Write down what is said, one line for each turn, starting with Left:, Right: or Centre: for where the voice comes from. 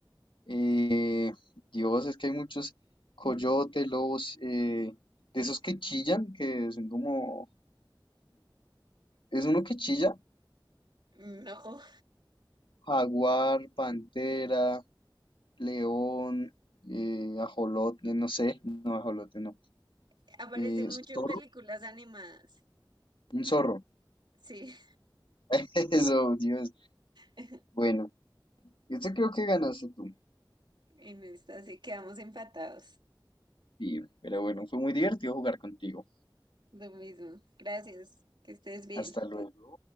Left: Eh, Dios, es que hay muchos coyotes, lobos, eh, de esos que chillan, que son como Es uno que chilla.
Right: No.
Left: Jaguar, pantera, león, eh, ajolote, no sé, no, ajolote, no.
Right: <laughs> Aparece
Left: Eh,
Right: mucho
Left: zorro,
Right: en películas animadas.
Left: un zorro.
Right: Sí,
Left: <laughs> Eso, Dios.
Right: <laughs>
Left: Bueno, este creo que ganaste tú.
Right: en esta sí quedamos empatados.
Left: Sí, pero bueno, fue muy divertido jugar contigo.
Right: Lo mismo. Gracias. Que estés bien.
Left: Hasta luego.